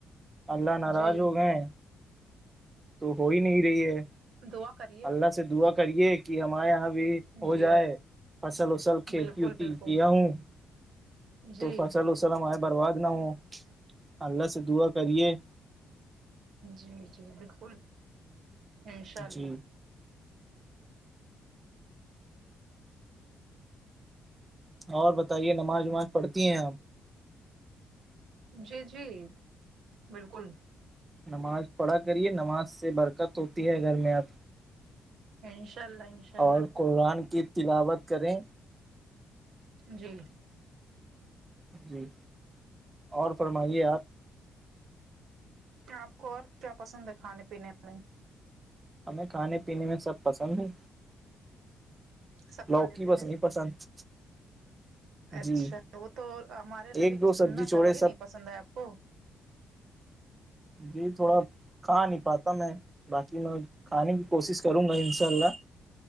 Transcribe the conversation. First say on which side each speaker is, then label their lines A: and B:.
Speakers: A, on the right; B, on the right.
A: اللہ ناراض
B: جی
A: ہو گئے تو ہو ہی نہیں رہی ہے
B: دوا کری
A: اللہ سے دعا کریے کہ ہمارے یہاں بھی ہو
B: جی
A: جائے فصل اصل کھیتی
B: بالکل
A: وتی
B: بالکل
A: کیا ہوں
B: جی
A: تو فصل وسلم آئے برباد نہ ہو اللہ سے دعا کریے
B: جی جی بالکل انشاء اللہ
A: جی اور بتائیے نماز وماز پڑھتی ہیں آپ
B: جی جی بالکل
A: نماز پڑھا کریے نماز سے برکت ہوتی ہے گھر میں آپ
B: انشاء اللہ انشاء اللہ
A: اور قرآن کی تلاوت کریں
B: جی
A: جی اور فرمائیے آپ
B: آپ کو اور کیا پسند ہے کھانے پینے میں
A: ہمیں کھانے پینے میں سب پسند ہے
B: سب
A: لوکی
B: کھا لیتے
A: بس
B: ہیں
A: نہیں پسند
B: اچھا
A: جی
B: وہ تو ہمارے نبی
A: ایک
B: کی
A: دو
B: سنت
A: سبزی
B: ہے
A: چھوڑے
B: وہی نہیں
A: سب
B: پسند ہے آپ کو
A: جی تھوڑا کھا نہیں پاتا میں باقی میں کھانے کی کوشش کروں گا انشاء اللہ